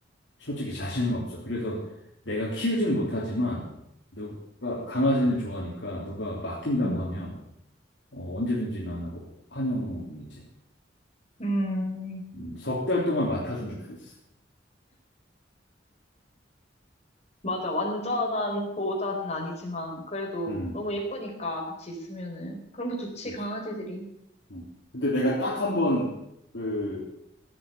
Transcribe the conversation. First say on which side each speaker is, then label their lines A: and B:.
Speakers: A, on the left; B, on the left.
A: 솔직히 자신은 없어. 그래서 내가 키우진 못하지만 누가 강아지는 좋아하니까 누가 맡긴다고
B: 음,
A: 하면 어, 언제든지 나는 환영이지.
B: 음, 음.
A: 음, 석달 동안 맡아준 적도 있어.
B: 맞아. 완전한 보호자는 아니지만, 그래도
A: 음,
B: 너무 예쁘니까 같이 있으면은. 그런 게 좋지,
A: 그렇지.
B: 강아지들이.
A: 음. 근데 내가 딱 한 번, 그,